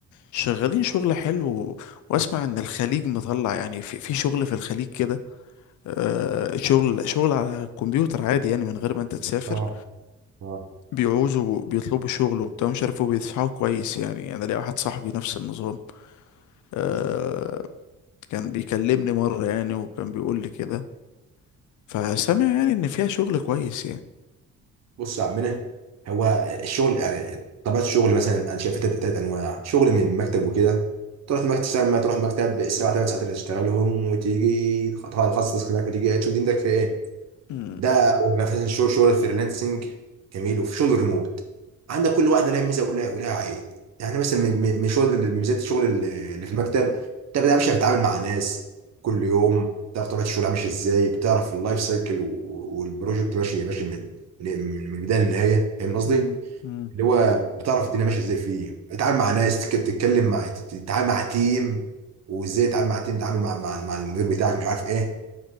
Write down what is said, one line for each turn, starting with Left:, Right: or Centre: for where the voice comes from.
Left: شغالين شغل حلو واسمع ان الخليج مطلع يعني في, في شغل في الخليج كده آه شغل شغل على الكمبيوتر عادي يعني من غير ما انت تسافر
Right: اه اه
Left: بيعوزوا بيطلبوا شغل وبتاع مش عارف إيه، وبيدفعوا كويس يعني انا ليا واحد صاحبي نفس النظام آه
Right: بص
Left: كان بيكلمني مرة يعني وكان بيقول لي كده فسامع يعني ان فيها شغل كويس يعني
Right: بص يا عمنا هو الشغل يعني طبيعه الشغل مثلا انا شايف تلات تلات انواع شغل من المكتب وكده تروح المكتب تشتغل ما تروح المكتب ساعه ثلاث ساعات اللي تشتغلهم وتيجي تخلص تاسك هناك وتيجي تشوف دنيتك في ايه
Left: مم.
Right: ده مثلا شغل شغل الفريلانسنج جميل وفي شغل الريموت عندك كل واحده لها ميزه ولها ولها عيب يعني مثلا من من من شغل ميزات الشغل اللي في المكتب انت بقى مش بتتعامل مع ناس كل يوم بتعرف طبيعه الشغل ماشيه ازاي بتعرف اللايف سايكل و- والبروجكت ماشي ماشي من من من البدايه للنهايه فاهم قصدي؟
Left: مم. مم.
Right: اللي هو بتعرف الدنيا ماشيه ازاي فيه بتتعامل مع ناس تك- تتكلم مع تت- تتعامل مع تيم وازاي تتعامل مع تيم تتعامل مع مع مع المدير بتاعك مش عارف ايه